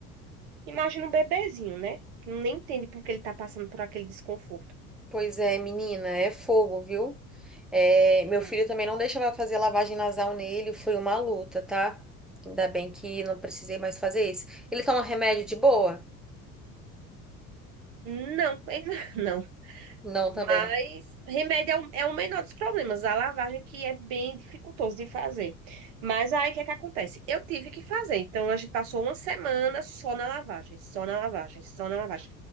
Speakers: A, on the right (about 55°); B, in the centre.
A: Imagina um bebezinho, né? Que nem entende por que ele está passando por aquele desconforto.
B: Pois é, menina, é fogo, viu? É, meu
A: É.
B: filho também não deixava fazer lavagem nasal nele, foi uma luta, tá? Ainda bem que não precisei mais fazer isso. Ele toma remédio de boa?
A: Não, ele <laughs> não.
B: Não, também,
A: Mas
B: né?
A: remédio é o, é o menor dos problemas. A lavagem que é bem dificultoso de fazer. Mas aí o que é que acontece? Eu tive que fazer. Então a gente passou uma semana só na lavagem, só na lavagem, só na lavagem.